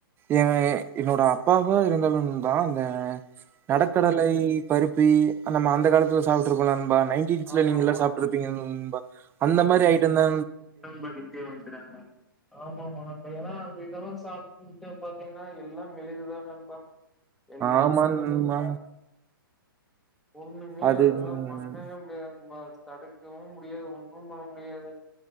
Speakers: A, on the right; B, in the centre.
A: எ வெ என்னோட அப்பாவு இருந்தாலு நண்பா இந்த
B: சேரி
A: நெடக்கடலை
B: சேரி நண்பா
A: பருப் பி நம்ம அந்த காலத்துல சாப்ட்டுருக்கோல்ல நண்பா நைன்டின்ஸ்ல
B: ஆமா
A: நீங்கல்லா
B: ஆமா
A: சாப்ட்டுருப்பீங்க
B: நண்பா
A: நண்பா அந்த மாரி ஐட்டந்தா
B: <unintelligible> ஆமாமா நண்பா ஏன்னா அங்க இதெல்லா சாப்ட்டு <unintelligible> பாத்தீங்ன்னா எல்லா மெழுகுதா நண்பா எல்லாமே
A: ஆமா
B: மெழுகுதா
A: நண்பா
B: ஒண்ணுமே
A: அது
B: அதுல்லா
A: ம்
B: பண்ணவே முடியாது நண்பா தடுக்கவு முடியாது ஒண்ணும் பண்ண முடியாது